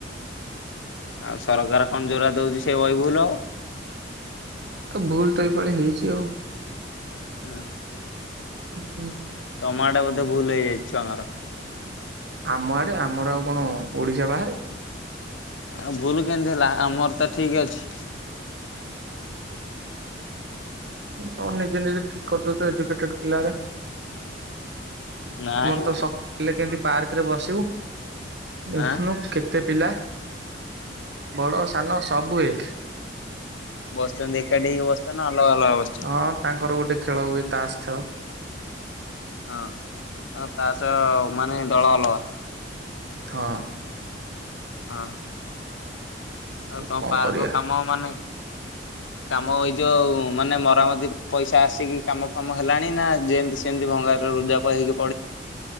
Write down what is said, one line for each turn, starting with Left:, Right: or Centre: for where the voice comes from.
Left: ଆଉ ସରକାର କଣ ଜୋରା ଦଉଛି ସେ ବହି ଭୁଲ ହବ।
Right: ଆଉ ଭୁଲ ତ ଏଇଭଳି ହେଇଛି ଆଉ।
Left: ହୁଁ।
Right: ହୁଁ।
Left: ଟମାଟୋ ବୋଧେ ଭୁଲ ହେଇଯାଇଛ ଆମର
Right: ଆମ ଆଡେ, ଆମର ଆଉ କଣ ଓଡିଶା ବାହାରେ?
Left: ଆଉ ଭୁଲ କେମିତି ହେଲା ଆମର ତ ଠିକ ଅଛି।
Right: ତମ ନିଜେ ନିଜେ ଠିକ କରିଦଉଛ ଏଜୁକେଟେଡ ପିଲାରେ
Left: ନାଇଁ
Right: ଆମର
Left: ମ
Right: ତ ସକାଳେ କେମିତି ପାର୍କରେ ବସିବୁ, ଦେଖୁନୁ
Left: ଆଁ
Right: କେତେ ପିଲା ବଡ଼ ସାନ ସବୁ ଏକ
Left: ବସ ଏକାଠିକି ବସ୍ଛ ନା ଅଲଗ ଅଲଗା ବସଛ?
Right: ହଁ ତାଙ୍କର ଗୋଟେ ଖେଳ ହୁଏ ତାସ ଖେଳ।
Left: ହଁ କ ତା ସହ ମାନେ ଦଳ ଅଲଗା
Right: ହଁ।
Left: ହଁ। ଆଉ ତମ
Right: କଣ
Left: ପାର୍କ
Right: କରିବା
Left: କାମ ମେ କାମ ଏଇ ଯୋଉ ମାନେ ମରାମତି ପଇସା ଆସିକି କାମ ଫାମ ହେଲାଣି ନା ଯେମିତି ସେମିତି ଭଙ୍ଗା <unintelligible>